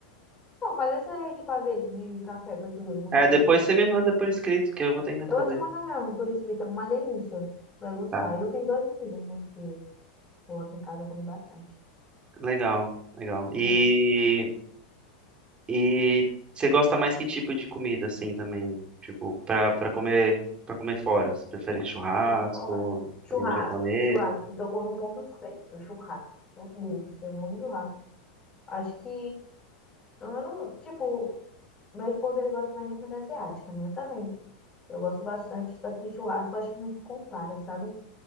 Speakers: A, on the left; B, on the right.
A: Então, faz esse aí de café, de café pra tu ver como
B: É,
A: que vai.
B: depois você me manda por escrito que eu vou tentar
A: Eu
B: fazer.
A: vou te mandar mesmo, por escrito, é uma delícia. Vai gostar.
B: Tá,
A: Eu fiz duas medidas, né? Porque, pô, aqui em casa eu como bastante,
B: legal, legal. E,
A: né?
B: e você gosta mais que tipo de comida, assim, também? Tipo, pra, pra comer, pra comer fora? Você prefere churrasco,
A: Pra comer fora. Churrasco,
B: comida japonesa?
A: churrasco. Tu tocou num ponto certo, churrasco. Meu Deus, eu amo churrasco. Acho que, eu não, tipo, meu esposo, ele gosta mais de comida asiática, né? Eu também. Eu gosto bastante, só que churrasco acho que não se compara, sabe?